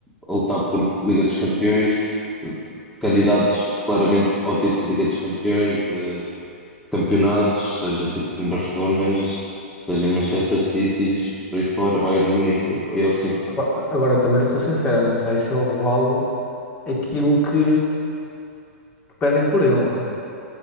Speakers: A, in the centre; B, on the left.
A: a lutar por Liga dos Campeões, candidatos claramente ao título de Liga dos Campeões, de campeonatos, seja tipo com Barcelonas, seja em Manchester City, por aí fora, Bayern de Munique, eu sim.
B: Agora, agora também sou sincero, não sei se ele vale aquilo que, que pedem por ele. né?